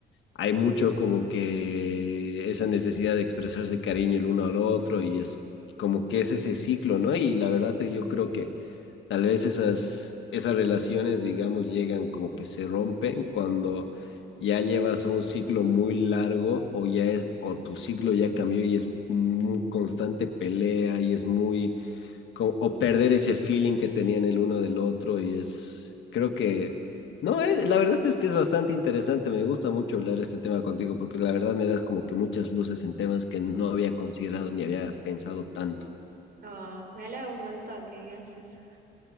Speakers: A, on the left; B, on the right.
A: hay mucho como que esa necesidad de expresarse cariño el uno al otro y es como que es ese ciclo, ¿no? Y la verdad que yo creo que Tal vez esas, esas relaciones, digamos, llegan como que se rompen cuando ya llevas un ciclo muy largo o ya es, o tu ciclo ya cambió y es muy constante pelea y es muy, co- o perder ese feeling que tenían el uno del otro y es, creo que, no, es- la verdad es que es bastante interesante, me gusta mucho hablar este tema contigo porque la verdad me das como que muchas luces en temas que no había considerado ni había pensado tanto.
B: Oh, me halaga un montón que digas eso.